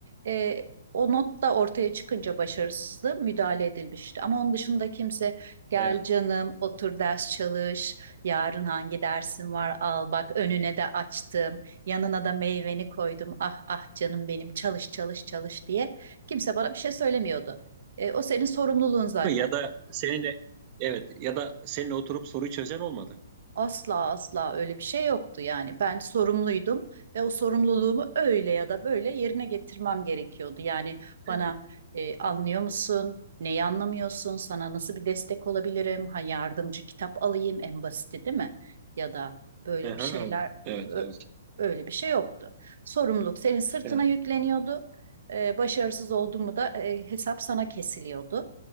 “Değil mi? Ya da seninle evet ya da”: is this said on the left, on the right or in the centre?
Right